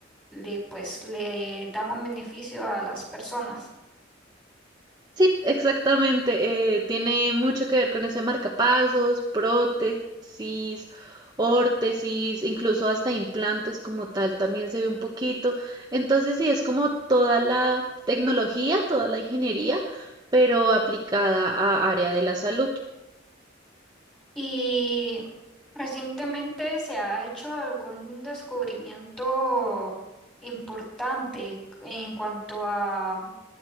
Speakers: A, in the centre; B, on the right (about 20°).
A: le, pues, le dan un beneficio a las personas.
B: Sí, exactamente. eh, tiene mucho que ver con eso de marcapasos, prótesis, órtesis, incluso hasta implantes como tal también se ve un poquito. Entonces sí, es como toda la tecnología, toda la ingeniería, pero aplicada a área de la salud.
A: Y recientemente se ha hecho algún descubrimiento importante en cuanto a,